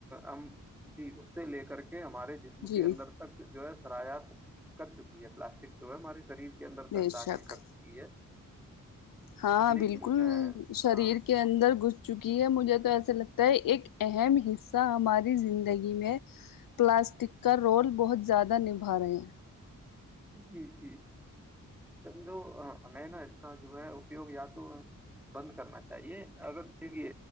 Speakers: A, in the centre; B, on the left.
A: ہم جی اس سے لے کر کے ہمارے جسم
B: جی
A: کے اندر تک جو ہے سرات کر چکی ہے پلاسٹک جو ہے ہمارے شریر کے اندر
B: بے
A: تک داخل
B: شک
A: کرک یہ ہے
B: ہاں
A: لیکن
B: بالکل شریر
A: ہاں
B: کے اندر گ چکی ہے مجھے تو ایسا لگتا ہے ایک اہم حصہ ہماری زندگی میں پلاسٹک کا رول بہت زیادہ نبھا رہے ہیں
A: جی جی جو ہمیں نا اس کا جو ہے اپیوگ یا تو بند کرنا چاہیے اگر دیکے